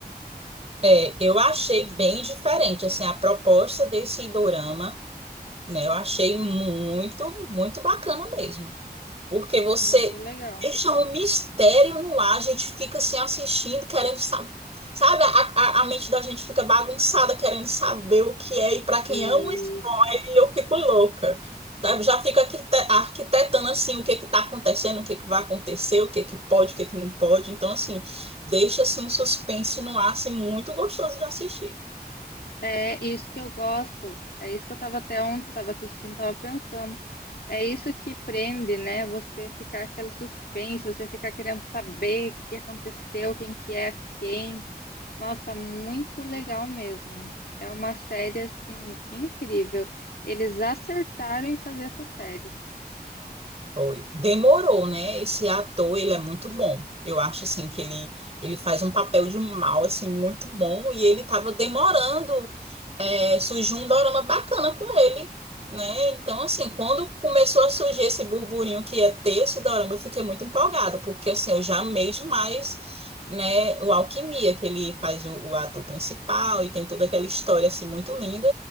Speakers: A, on the right; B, on the left.
A: É, eu achei bem diferente, assim, a proposta desse dorama, né? Eu achei muito, muito bacana mesmo. Porque você
B: Muito legal.
A: deixa um mistério no ar, a gente fica assim assistindo, querendo saber. Sabe, a, a, a mente da gente fica bagunçada, querendo saber o que é e para quem
B: Isso.
A: ama e eu fico louca. Sabe? Já fico arquite- arquitetando assim o que que tá acontecendo, o que que vai acontecer, o que que pode, o que que não pode. Então, assim, deixa assim, um suspense no ar assim, muito gostoso de assistir.
B: É isso que eu gosto. É isso que eu tava até ontem, tava assistindo, tava pensando. É isso que prende, né? Você ficar aquele suspense, você ficar querendo saber o que aconteceu, quem que é quem. Nossa, muito legal mesmo. É uma série assim incrível. Eles acertaram em fazer essa série.
A: Foi. Demorou, né? Esse ator, ele é muito bom. Eu acho, assim, que ele, ele faz um papel de mal, assim, muito bom. E ele tava demorando, é, surgiu um dorama bacana com ele, né? Então, assim, quando começou a surgir esse burburinho que ia ter esse dorama, eu fiquei muito empolgada, porque, assim, eu já amei demais, né? O Alquimia, que ele faz o, o ator principal e tem toda aquela história, assim, muito linda.